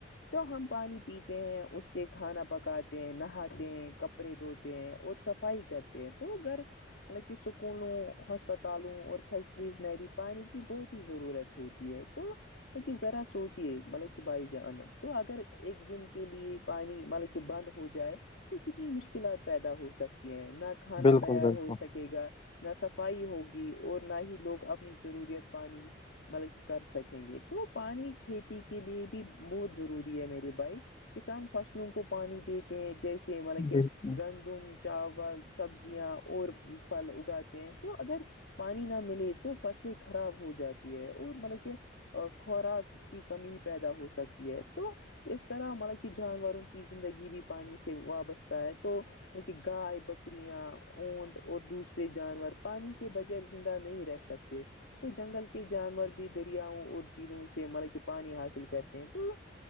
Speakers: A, on the left; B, on the left.
A: تو ہم پانی پیتے ہیں اس سے کھانا پکاتے ہیں نہاتے ہیں کپ کپڑے دھوتے ہیں اور صفائی کرتے ہیں تو گھر مطلب کہ اسکولوں ہسپتالوں اور فیکٹریز میں بھی پانی کی بہت ہی ضرورت ہے ہوتی ہے تو کہ ذرا سوچیے مطلب کہ بھائی جان تو اگر ایک دن کے لیے پانی مطلب کہ بند ہو جائے تو کتنی مشکلات پیدا ہو سکتی ہیں نہ کھانا
B: بالکل
A: تیار
B: بالکل
A: ہو ے گا نہ صفائی ہوگی اور نہ ہی لوگ اپنی ضروریت پانی مطلب کہ کر سکیں گے تو پانی کھیتی کے لیے بھی بہت ضروری ہے میرے بھائی کسان فصلوں کو پانی دیتے ہیں جیسے ا مطلب کہ
B: بالکل
A: گندم چاول سبزیاں اور پھل اگاتے ہیں تو اگر پانی نہ ملے تو فصلیں خراب ہو جاتی ہے اور مطلب کہ خوراک کی کمی پیدا ہو سکتی ہے تو اس طرح مطلب کہ جانوروں کی زندگی بھی پانی سے وابستہ ہے تو م کہ گائے بکرییاں اونٹ اور دوسرے جانور پانی کے بغیر زندہ نہیں رہ سکتے تو جنگل کے جانور بھی دریاؤوں اور جلوں سے ملب کے پانی حاصل کرتے ہیں تو